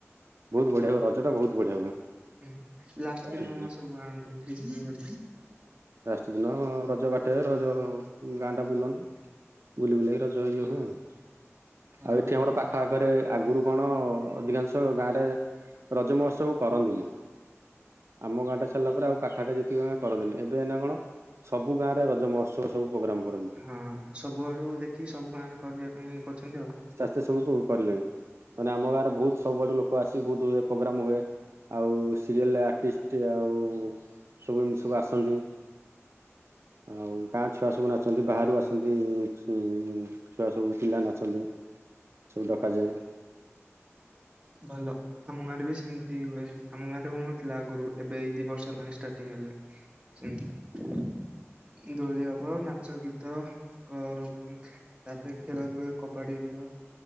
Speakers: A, on the right; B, on the right.
A: ବହୁତ ବଢିଆ ହୁଏ ରଜ ଟା ବହୁତ ବଢିଆ ହୁଏ।
B: ଉଁ ହୁଁ ଲାଷ୍ଟ ଦିନ
A: ହୁଁ
B: ସବୁ ଆଣନ୍ତିି ଡି ଜେ <inaudible>
A: ଠିନ ର ରଜ ବାଟେଇବେ ରଜ ଉଁ ଗାଁ ଟା ବୁଲନ୍ତି ବୁଲି ବୁଲାକି ରଜ ଇଏ ହୁଏ ଆଉ।
B: ଭଲ
A: ଆଉ ଏଠି ଆମର ପା ଖ ଆଖରେ ଆଗରୁ କଣ ଅଧିକାଂଶ ଗାଁରେ ରଜ ମହୋତ୍ସବ କରନ୍ତିନି। ଆମ ଗାଁଟା ଛାଡ଼ିଲା ପରେ ଆଉ ପାଖା ପାଖି ଯେତିକି ଗାଁ କରନ୍ତିନି ଏବେ ଏଇନା କଣ। ସବୁ ଗାଁରେ ରଜ ମହୋତ୍ସବ ସବୁ ପ୍ରୋଗ୍ରାମ କର
B: ହଁ ସବୁଆଡୁ ଦେଖିକି ସବୁ ଗାଁରେ କରିବା ପାଇଁ କରୁଛନ୍ତି ଆଉ।
A: ସେ ସବୁ କୁ କରିଲେଣି ମାନେ ଆମ ଗାଁରେ ବହୁତ ସବୁଆଡୁ ଲୋକ ଆସି ବହୁତ ହୁଏ ପୋଗ୍ରାମ ହୁଏ। ଆଉ ସିରିଏଲ ଆର୍ଟିଷ୍ଟ ଆଉ ସବୁ ଏମିତି ସବୁ ଆସନ୍ତି। ଆଉ ଗାଁ ଛୁଆ ସବୁ ନାଚନ୍ତି ବାହାରୁ ଆସନ୍ତି ଉଁ ଛୁଆ ସବୁ ପିଲା ନାଚନ୍ତି ସବୁ ଡକାଯାଏ।
B: ଭଲ ଆମ ଗାଁରେ ବି ସେମିତି ହୁଏ। ଆମ ଗାଁରେ ହଉନଥିଲା ଆଗରୁ ଏବେ ଏଇ ଦି ବର୍ଷ ହେଲାଣି ଷ୍ଟାର୍ଟିଙ୍ଗ ହେଲେ ସେମ। ଦୋଳି ହବ ନାଚ, ଗୀତ କ ଉଁ। ତାପରେ ଖେଳ ହୁଏ କବାଡି <unintelligible>